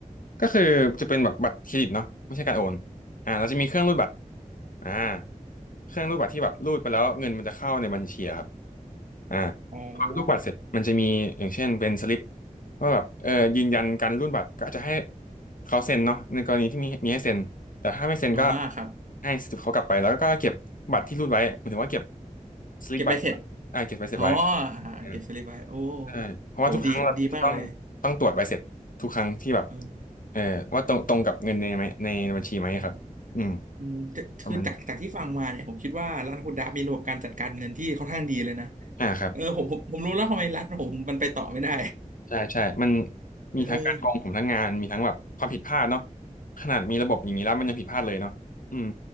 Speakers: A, on the left (about 75°); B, on the right (about 65°).
A: ก็คือจะเป็นแบบบัตรเครดิตเนาะไม่ใช่การโอนอ่าเราจะมีเครื่องรูดบัตรอ่าเครื่องรูดบัตรที่แบบรูดไปแล้วเงินมันจะเข้าในบัญชีอะครับ อ่า
B: อ๋อ
A: พอรูปบัตรเสร็จมันจะมีอย่างเช่นเป็นสลิปว่าแบบเออยืนยันการรูดบัตรก็อาจจะให้เขาเซ็นเนาะในกรณีที่มีมีให้เซ็นแต่ถ้าไม่เซ็นก็
B: อ๋อครับ
A: ให้สลิปเขากลับไปแล้วก็เก็บบัตรที่รูดไว้หมายถึงว่าเก็บสลิปบัตร
B: เก็บใบเสร็จ
A: อ่าเก็บใบเสร็จไว้
B: อ๋ออ่าเก็บสลิปไว้โอ้
A: อืมใช่เพราะว่าทุกครั้งเราจะต้องต้องตรวจใบเสร็จทุกครั้งที่แบบ
B: โอ้โหดีดีมากเลยเออ
A: เออว่าตรงตรงกับเงินในไหมในบัญชีไหมครับอืม
B: อืมอืมจะคือจากจากที่ฟังมาเนี่ยผมคิดว่าร้านคุณดาบมีระบบการจัดการเงินที่ค่อนข้างดีเลยนะ
A: ประมาณนี้อ่าครับ
B: เออผมผมผมรู้แล้วทำไมร้านผมมันไปต่อไม่ได้
A: ใช่ใช่ มันมีทั้งการกองผมทั้งงาน
B: <laughs> เออ
A: มีทั้งแบบความผิดพลาดเนาะขนาดมีระบบอย่างนี้แล้วมันยังผิดพลาดเลยเนาะอืม